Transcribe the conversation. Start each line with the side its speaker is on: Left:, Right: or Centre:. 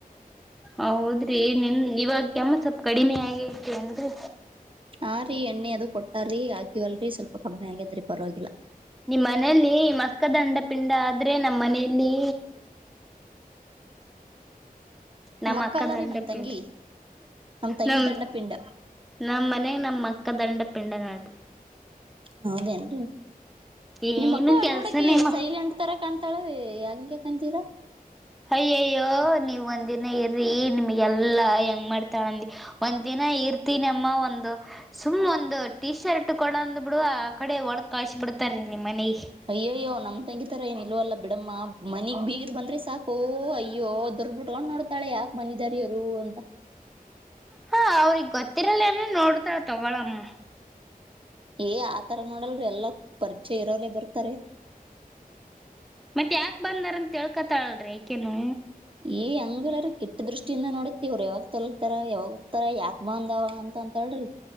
Centre: ಹೌದ್ರಿ ನಿನ್ ಇವಾಗ ಕೆಮ್ಮ ಸ್ವಪ್ ಕಡಿಮೆ ಆಗೈತೆ ಏ ನ್ರಿ
Right: ಹಾ ರೀ ಎಣ್ಣೆ ಅದು ಕೊಟ್ಟಾರಿ ಹಾಕಿ ವಲ್ರಿ ಸ್ವಲ್ಪ ಕಮ್ಮಿ ಆಗ್ಯದ್ರಿ ಪರವಾಗಿಲ್ಲ
Centre: ನಿಮ್ಮ್ ಮನೆಯಲ್ಲಿ ಮಕ್ಕ ದಂಡಪಿಂಡ ಆದ್ರೆ ನಮ್ಮ್ ಮನೆಯಲ್ಲಿ ನಮ್ಮ
Right: ನಮ್
Centre: ಅಕ್ಕ
Right: ಅಲ್ಲಾರಿ
Centre: ದಂಡಪ್ಪಿಂಡ
Right: ನಮ್ ತಂಗಿ ನಮ್ ತಂಗಿ
Centre: ನಮ
Right: ದಂಡ ಪಿಂಡ
Centre: ನಮ್ಮ್ ಮನೆಗ ನಮ್ ಅಕ್ಕ ದಂಡ ಪಿಂಡ ಅದಾಳ್ರಿ
Right: ಹೌದೇನ್ರಿ
Centre: ಏನು
Right: ನಿಮ್ಮಕ್ಕ
Centre: ಕೆಲ್ಸನೇಮ್ಮ
Right: ನೋಡಕಿ ಸೈಲೆಂಟ್ ತರ ಕಾಣ ತಾಳವ ಹಂಗ್ ಯಾಕ್ ತಂಗಿರ
Centre: ಅಯ್ಯಯ್ಯೋ ನೀವ್ ಒಂದಿನ ಇರ್ರಿ ನಿಮ್ಗೆಲ್ಲಾ ಹೆಂಗ್ ಮಾಡ್ತಾಳಂದಿ ಒಂದ್ ದಿನ ಇರ್ತ ನಮ್ಮ ಒಂದು ಸುಮ್ ಒಂದು ಟೀ ಶರ್ಟ್ ಕೊಡ ಅಂದ್ ಬಿಡು ಆ ಕಡೆ ಒಳಗ ಕಳ್ ಬಿಡ್ತಾರೀ ನಿಮ್ಮ್ ಮನೆ
Right: ಅಯ್ಯಯ್ಯೋ ನಮ್ ತಂಗಿತರಾ ಏನ್ ನಿಲ್ವಲ್ಲ ಬಿಡಮ್ಮ ಮನಿಗ್ ಬೀರ ಬಂದ್ರೆ ಸಾಕು ಅಯ್ಯೋ ದೊರ್ಬುಟ್ಕೊಂಡ್ ನೋಡ್ತಾಳೆ ಯಾಕ ಬಂದಿದಾರ ಇವ್ರು ಅಂತ
Centre: ಹಾ ಅವ್ರಗ್ ಗೊತ್ತಿರಲ್ಲ ಏನ ನೋಡ್ತಾಳ ತಗೊಳಮ್ಮ
Right: ಏ ಆತರ ನೋಡಲ್ ಎಲ್ಲ ಪರಿಚಯ ಇರೋಲ್ಲೇ ಬರ್ತಾರೆ
Centre: ಮತ್ ಯಾಕ ಬಂದಾರಂತ ತಿಲಕಂತಲ ಅಲ್ರೀ ಆಕಿನು
Right: ಈ ಹಂಗಲರೀ ಕೆಟ್ಟು ದೃಷ್ಟಿಯಿಂದ ನೋಡಕ್ತಿವ್ರ ಯಾವಾಗ ತೊಲತಾರ ಯಾವಾಗತಾರ ಯಾಕ್ ಬಂದವ ಅಂತ ಅಂತಾಳ್ರಿ